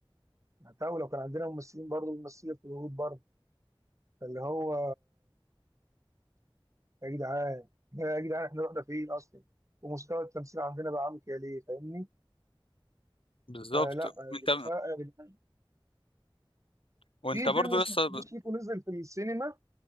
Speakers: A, on the right (about 35°); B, on the left (about 80°).
A: عتاوله وكان عندنا ممثلين برضه بيمثلوا في الهنود برضه فاللي هو يا جدعان يا جدعان احنا رحنا فين اصلا ومستوى التمثيل عندنا بقى عامل كده ليه فاهمني
B: بالظبط
A: فلا آه،
B: انت
A: بيبقى فرق يا جدعان.
B: وانت
A: في
B: برضه
A: فيلم اسمه
B: يا اسطى
A: سيكو سيكو نزل في السينما